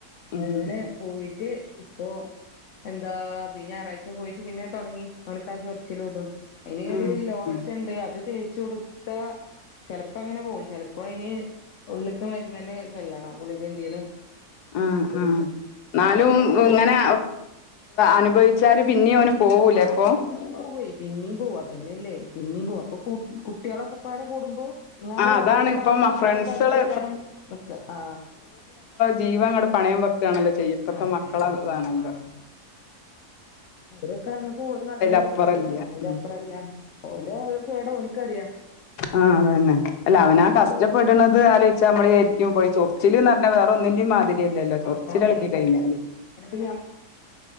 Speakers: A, on the left; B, on the left.
A: ഉം
B: അങ്ങനെ പോയിട്ട് ഇപ്പൊ എന്താ ഇപ്പൊ ഈ ഞായറാഴ്ച പോയിട്ട് പിന്നെ തുടങ്ങി ഓന്ക്ക് ആ ചൊർച്ചിലും ഇതും ഇനിയൊരു
A: ഉം
B: ലോശേണ്ട്
A: ഉം
B: അത് തേച്ച് കൊടുത്താ ചെലപ്പോ അങ്ങനെ പോകും ചെ ഇപ്പൊ അയ്ന് ഉള്ള്ക്ക് മരുന്ന തന്നെ ചെല്ലണം ഗുളികന്തേലും
A: ആ ഉം ന്നാലും
B: പോയി
A: ഇങ്ങനെ അനുഭവിച്ചാല് പിന്നെ ഓന് പോവൂലേ
B: ആഹ്
A: ഇപ്പൊ
B: പിന്നെയും പോവുയേ പിന്നീം പോകും അതന്നെയല്ലേ പിന്നീം പോവും അപ്പൊ കുട്ടിളൊക്കെ പാട കൂടുമ്പോ ഞാന്
A: ആ അതാണ്
B: വള്ളത്തി കെറങ്ങൂലാന്നൊക്കെ
A: ഇപ്പം ഫ്രണ്ട്സുകള്
B: പറഞ്ഞിട്ടേയ്ക്കാര്യം ന്നി ആ
A: ജീവ അങ്ങോട് പണയം വെക്കുകയാണല്ലോ ചെയ്യപ്പത്തെ
B: അതെ
A: മക്കള അതാണല്ലോ
B: ആ ഓരൊക്കെ ഇറങ്ങപ്പോ ഓരും ഇറങ്ങി
A: അപ്പുറല്ല
B: ന്റെ
A: ഉം
B: അപ്പുറല്ല ഓന്റെ കേടാ ഓനിക്കറിയാം
A: ആഹ് അതന്നെ അല്ല അവന് ആ കഷ്ടപ്പെടുന്നത് ആലോചിച്ചാ നമ്മള് വിചാരിക്കും പോയി ചൊറച്ചിലീന്ന് പറഞ്ഞാൽ വേറെ ഒന്നിന്റെയും മാതിരി അല്ലല്ലോ ചൊറച്ചില്
B: അതാണേ
A: ഇളകി കഴിഞ്ഞാല്
B: അയിനിപ്പ